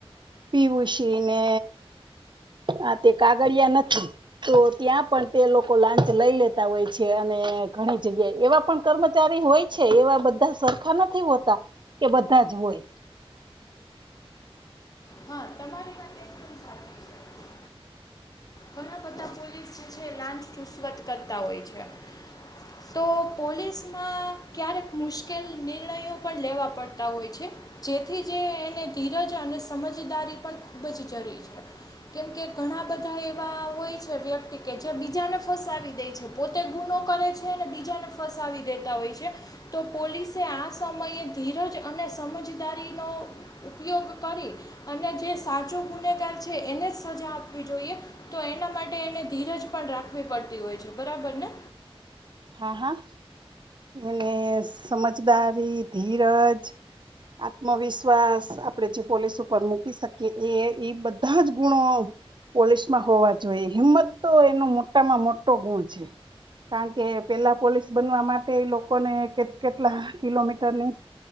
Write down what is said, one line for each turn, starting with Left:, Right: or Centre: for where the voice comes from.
Right: પીવુસી ને આ તે કાગળિયા નથી, તો ત્યાં પણ તે લોકો લાંચ લઈ લેતા હોય છે, અને ઘણી જગ્યાએ એવા પણ કર્મચારી હોય છે, એવા બધા સરખા નથી હોતા, કે બધા જ હોય.
Left: હા તમારી વાત એકદમ સાચી છે ઘણા બધા પોલીસ જે લાંચ ચુસવત કરતા હોય છે, તો પોલીસમાં ક્યારેક મુશ્કેલ નિર્ણયો પણ લેવા પડતા હોય છે, જેથી જે એને ધીરજ અને સમજદારી પણ ખૂબ જ જરૂરી છે, કેમકે, ઘણા બધા એવા હોય છે વ્યક્તિ કે જે બીજાને ફસાવી દે છે, પોતે ગુનો કરે છે, અને બીજાને ફસાવી દેતા હોય છે, તો પોલીસે આ સમયે ધીરજ અને સમજદારીનો ઉપયોગ કરી અને જે સાચો ગુનેગાર છે, અને જ સજા આપવી જોઈએ, તો એના માટે એને ધીરજ પણ રાખવી પડતી હોય છે, બરાબર ને!
Right: હા, હા, એને સમજદારી ધીરજ આત્મવિશ્વાસ આપણેે જે પોલીસ ઉપર મૂકી શકીએ, એ એ બધા જ ગુણો પોલીસમાં હોવા જોઈએ, હિંમત તો એનો મોટામાં મોટો ગુણ છે, કારણ કે કે પેલા પોલીસ બનવા માટે એ લોકોને કે કેટલા કિલોમીટરની